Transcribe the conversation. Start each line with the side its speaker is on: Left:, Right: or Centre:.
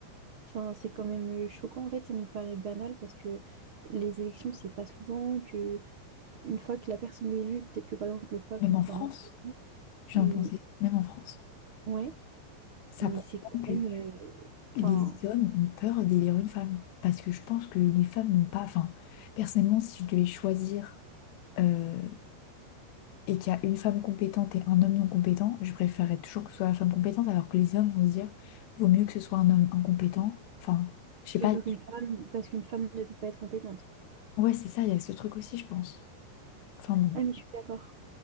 Right: enfin, c'est quand même euh, choquant. En fait, ça nous paraît banal parce que les élections, c'est pas souvent que une fois que la personne est élue, peut-être que par exemple le pape,
Left: même
Right: on en
Left: en
Right: parle
Left: France
Right: un peu.
Left: je
Right: Mais
Left: viens de penser même en France
Right: ouais,
Left: Ça
Right: mais
Left: prouve
Right: c'est quand
Left: bien
Right: même.
Left: que
Right: euh,
Left: les
Right: Enfin,
Left: hommes ont peur d'élire une femme. Parce que je pense que les femmes n'ont pas. Enfin, personnellement, si je devais choisir euh, et qu'il y a une femme compétente et un homme non compétent, je préférerais toujours que ce soit la femme compétente, alors que les hommes vont se dire, vaut mieux que ce soit un homme incompétent. Enfin, je sais
Right: plutôt
Left: pas.
Right: qu'une femme, parce qu'une femme ne peut pas être compétente.
Left: Ouais, c'est ça, il y a ce truc aussi, je pense. Enfin bon.
Right: Ah, mais je suis d'accord.